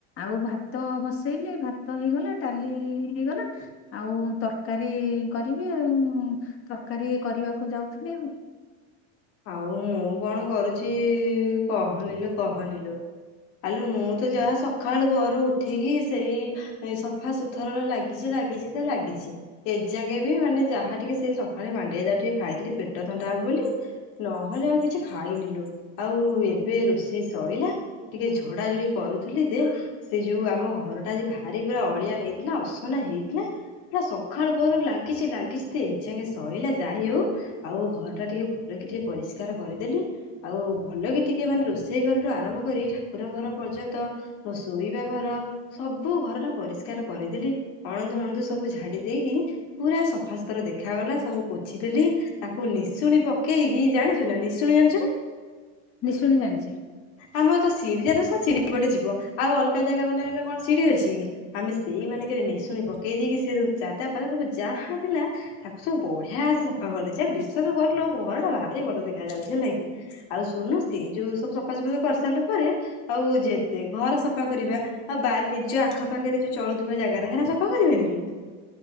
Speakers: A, on the left (about 40°); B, on the left (about 65°).
A: ଆଉ ଭାତ ବସେଇଲେ ଭାତ ହେଇଗଲା ଡାଲି ହେଇଗଲା ଆଉ ତରକାରୀ କରିବି ଆଉ ତରକାରୀ କରିବାକୁ ଯାଉଥିଲି ଆଉ।
B: ଆଉ ମୁଁ କଣ କରୁଛି କହନିଲୋ କହନିଲୋ। ଆଲେ ମୁଁ ତ ଯାହା ସକାଳୁ ପହରୁ ଉଠିକି ସେଇ ସଫା ସୁତୁରରେ ଲାଗିଛି ଲାଗିଛି ତ ଲାଗିଛି। ଏଯାଙ୍କେ ବି ମାନେ ଯାହା ଟିକେ ସେଇ ସକାଳେ ମାଣ୍ଡିଆ ଯାଉ ଟିକେ ଖାଇଥିଲି ପେଟ ଥଣ୍ଡା ହବ ବୋଲି। ନହେଲେ ଆଉ କିଛି ଖାଇନିଲୋ ଆଉ ଏବେ ରୋଷେଇ ଶଇଲା ଟିକେ ଝଡା ଝଡି କରୁଥିଲି ଯେ ସେ ଯୋଉ ଆମ ଘରଟା ଆଜି ଭାରି ପୁରା ଅଳିଆ ହେଇଥିଲା ଅସନା ହେଇଥିଲା ହେ ସଖାଳ ପଅରୁ ଲାଗିଛି ଲାଗିଛି ତ ଏ ଯାଙ୍ଗେ ସରିଲା ଯାଇ ହଉ ଆଉ ଘର ଟା ଟିକେ ଭଲ ଭଲ କି ଟିକେ ପରିଷ୍କାର କରିଦେଲି। ଆଉ ଭଲ କି ଟିକେ ମାନେ ରୋଷେଇ ଘରଠୁ ଆରମ୍ଭ କରି ଠାକୁର ଘର ପର୍ଯ୍ୟନ୍ତ ମୋ ଶୋଇବା ଘର ସବୁ ଘର ଟା ପରିଷ୍କାର କରିଦେଲି ଅଣଦୁ ଅଣଦୁ ସବୁ ଝାଡି ଦେଇକି ପୁରା ସଫାସତୁରା ଦେଖାଗଲା ସବୁ ପୋଛି ଦେଲି ତାକୁ ନିଶୁଣି ପ କି ହି ଜାଣିଛ ନା ନିଶୁଣି ଜାଣିଛ ନା?
A: ନିଶୁଣି ଜାଣିଛି।
B: ଆମର ତ <unintelligible> ଯିବ ଆଉ ଅଲଗା ଜାଗା ମାନରେ କଣ ସିଡ଼ି ଅଛି କି? ଆମେ ସେଇ ମାନେ କେରେ ନିଶୁଣି ପକେଇ ଦେଇକି ସେ ସବୁ ଚାଦା ପାଦା ସବୁ ଯାହା ଥିଲା ତାକୁ ସବୁ ବଢ଼ିଆ ସେ ସଫା କରିଦେଇଛି ଆଉ ବିଶ୍ୱାସ କରଲୋ ଘର ଟା ଭାରି ଭଲ ଦେଖା ଯାଉଛି ହେଲା କିି। ଆଉ ଶୁଣୁ ସେଇ ଯୋଉ ସବୁ ସଫାସଫା କରିସାରିଲା ପରେ ଆଉ ଯେତେ ଘର ସଫା କରିବା। ଆଉ ବା ନିଜ ଆଖପାଖରେ ଯୋଉ ଚଳୁଥିବା ଜାଗାରା ହେରା ସଫା କରିବାନି କି?